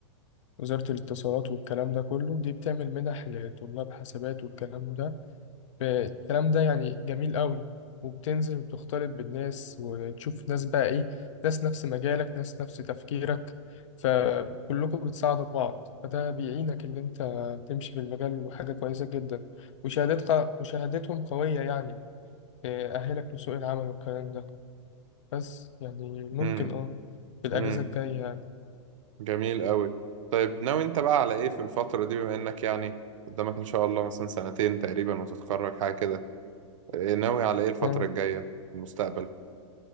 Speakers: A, on the left; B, on the right.
A: ووزارة الاتصالات والكلام ده كله دي بتعمل منح لطلاب حسابات والكلام ده ف- الكلام ده يعني جميل قوي وبتنزل وبتختلط بالناس وتشوف ناس بقى ايه ناس نفس مجالك ناس نفس تفكيرك فكلكم بتساعدوا بعض فده بيعينك اللي انت تمشي في المجال وحاجة كويسة جدا وشهادتك وشهادتهم قوية يعني تأهلك لسوق العمل والكلام ده بس يعني ممكن
B: امم
A: اه في الأجازة
B: امم
A: الجاية يعني
B: جميل قوي طيب ناوي أنت بقى على إيه في الفترة دي بما إنك يعني قدامك إن شاء الله مثلا سنتين تقريبا وتتخرج حاجة كده إيه ناوي على إيه الفترة
A: اه
B: الجاية في المستقبل؟